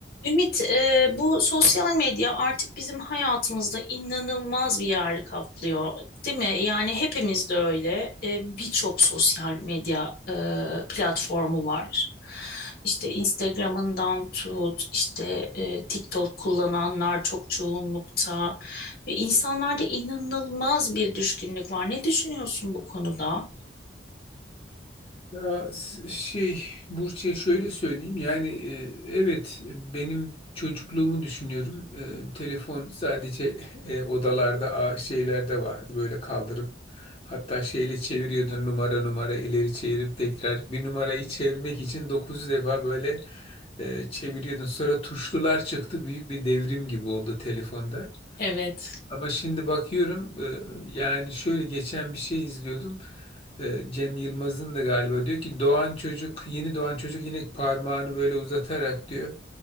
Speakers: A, on the left (about 55°); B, on the left (about 35°).
A: Ümit, e, bu sosyal medya artık bizim hayatımızda inanılmaz bir yer kaplıyor, değil mi? Yani hepimiz de öyle. E, birçok sosyal medya e, platformu var. İşte Instagram'ından tut, işte e, TikTok kullananlar çok çoğunlukta ve insanlarda inanılmaz bir düşkünlük var. Ne düşünüyorsun bu konuda?
B: Ya s- şey Burç'e şöyle söyleyeyim yani e, evet benim çocukluğumu düşünüyorum. E, telefon sadece <laughs> e, odalarda a, şeylerde vardı böyle kaldırıp hatta şeyle çeviriyordun numara numara ileri çevirip tekrar bir numarayı çevirmek için 9 defa böyle e, çeviriyordun. Sonra tuşlular çıktı büyük bir devrim gibi oldu telefonda.
A: Evet,
B: Ama şimdi bakıyorum e, yani şöyle geçen bir şey izliyordum. E, Cem Yılmaz'ın da galiba diyor ki doğan çocuk yeni doğan çocuk yine parmağını böyle uzatarak diyor.